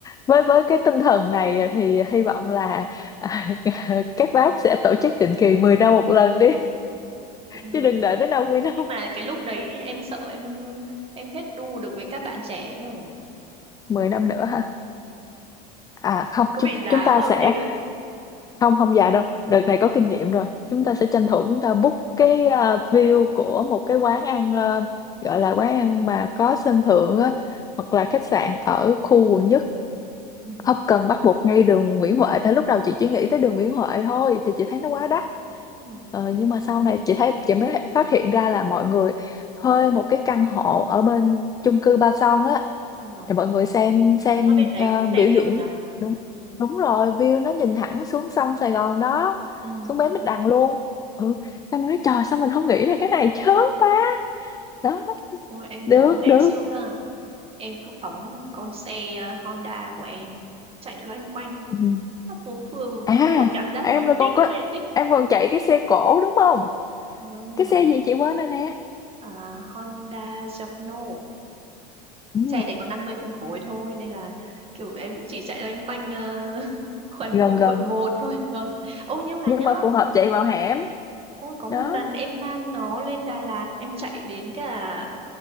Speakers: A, on the left (about 15°); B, on the right (about 25°).
A: với với cái tinh thần này thì hy vọng là <laughs> các bác sẽ tổ chức định kỳ 10 năm một lần đi
B: cũng được
A: chứ đừng
B: mà
A: đợi tới năm mươi năm
B: nhưng mà cái lúc đấy em sợ em em hết đu được với các bạn trẻ nữa rồi
A: <laughs> mười năm nữa ha à không
B: có
A: chúng
B: bị già
A: chúng ta
B: quá
A: sẽ
B: không chị
A: không không già đâu đợt này có kinh nghiệm rồi chúng ta sẽ tranh thủ chúng ta book cái à, view của một cái quán ăn à, gọi là quán ăn mà có sân thượng á hoặc
B: <laughs>
A: là khách sạn ở khu quận nhất
B: Ừ. Ừ.
A: không cần bắt buộc ngay đường Nguyễn Huệ tại lúc đầu chị chỉ nghĩ tới đường Nguyễn Huệ thôi thì chị thấy
B: Ừ.
A: nó quá đắt
B: Ừ.
A: Ờ, nhưng mà sau này chị thấy chị mới phát hiện ra là mọi người thuê một cái căn hộ ở bên chung cư Ba Son á
B: Ờ,
A: Để mọi người xem xem
B: ở bên đấy
A: ờ,
B: cũng
A: biểu
B: xem
A: diễn
B: được nhỉ
A: đúng
B: Ừ.
A: đúng rồi view nó nhìn thẳng xuống sông Sài Gòn đó
B: Ừ.
A: xuống bến Bạch Đằng luôn ừ
B: Ừ.
A: em nói trời sao mình không nghĩ ra cái này chớm ta đó
B: Ôi, em
A: được
B: nhớ ngày
A: được
B: trước á, em cứ phóng con xe Honda của em chạy loanh quanh
A: ừ.
B: khắp phố phường
A: à
B: kiểu cảm giác
A: em
B: nó
A: rồi
B: thích
A: còn có
B: ơi là thích
A: em còn chạy cái xe cổ đúng không
B: vâng nhưng
A: cái
B: mà
A: xe gì chị quên rồi nè
B: à, Honda Giorno
A: ừ.
B: xe đấy có 50 phân khối thôi nên là kiểu em cũng chỉ chạy loanh quanh uh, <laughs> quanh
A: gần
B: khu
A: gần
B: quận một thôi vâng ôi nhưng mà
A: nhưng
B: nhớ
A: mà phù hợp chạy vào hẻm
B: ôi có một
A: đó
B: lần em mang nó lên Đà Lạt em chạy đến cả